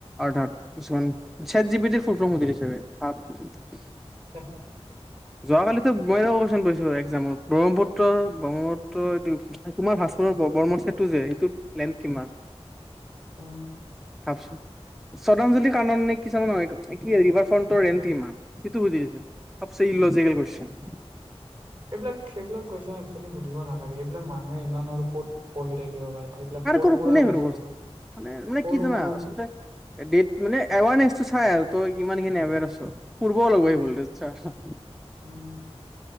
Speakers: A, in the centre; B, on the right.
A: <unintelligible> কিছুমান চেটজিপিটিৰ ফুল ফৰ্ম সুধি দিছে, বেই।
B: হেহ
A: যোৱাকালিতো মই এটা কুৱেচন কৰিছোঁ। একজামত ব্ৰহ্মপুত্ৰৰ ব্ৰহ্মপুত্ৰৰ কুমাৰ ভাস <unintelligible> যে সেইটোত প্লেন কিমান?
B: অ
A: ভাবচোন, শ্ৰদ্ধাঞ্জলি কাৰনে কি আছিল নহয়? এ, কি ৰিভাৰ ফ্ৰণ্টৰ ৰেণ্ট কিমান? সেইটো সুধি দিছে ইল'জিকেল কুৱেচন।
B: এইবিলাক সেইবিলাক কুৱেচন একচুৱেলি সুধিব নালাগে। সেইবিলাক মানুহে ইমান আৰু ক'ত পঢ়ি থাকিব পাৰে সেইবিলাক
A: পাৰ
B: সৰু
A: কৰোঁ।
B: সুৰা
A: কোনে। <unintelligible>
B: বস্তু
A: মানে,
B: হয়,
A: মানে,
B: সৰু
A: কি জানা,
B: সৰু
A: আচলতে, ডেট, মানে এৱেৰনেছটো চাই আৰু তই কিমানখিনি এৱেৰ আছ পূৰ্ব
B: উম,
A: <unintelligible>
B: উম,